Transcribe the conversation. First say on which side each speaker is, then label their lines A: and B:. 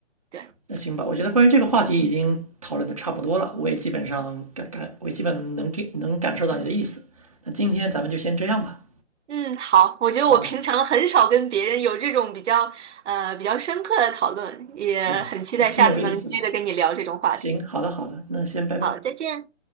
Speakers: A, on the right; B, on the right.
A: 对，
B: 那行吧，我觉得关于这个话题已经讨论的差不多了，我也基本上感感，我也基本能给能感受到你的意思。那今天咱们就先这样吧。
A: 嗯，好，我觉得我平常很少跟别人有这种比较，
B: 好的，
A: 呃，比较深刻的讨论，也很期待下次能接着跟你聊这种话题。
B: 行，那挺有意思的。行，好的好的，那先拜拜。
A: 好，再见。